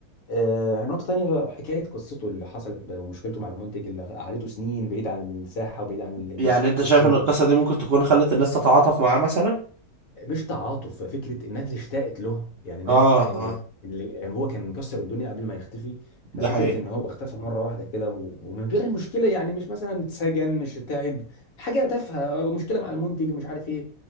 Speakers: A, on the left (about 60°); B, on the right (about 70°).
A: آه نقطه تانية حكايه قصته اللي حصلت ب- ومشكلته مع المنتج اللي قعدته سنين بعيد عن الساحه وبعيد عن ال-
B: يعني انت شايف
A: الشغل
B: ان القصة دي ممكن تكون خلت الناس تتعاطف معاه مثلا
A: مش تعاطف فكره الناس اشتاقت له يعني الناس
B: اه
A: آه،
B: اه
A: اللي آه، هو كان مكسر الدنيا قبل ما يختفي ففكره
B: ده حقيقي
A: ان هو اختفى مره واحده كده و- ومن غير مشكله يعني مش مثلا اتسجن مش تعب حاجه تافهه مشكله مع المنتج ومش عارف ايه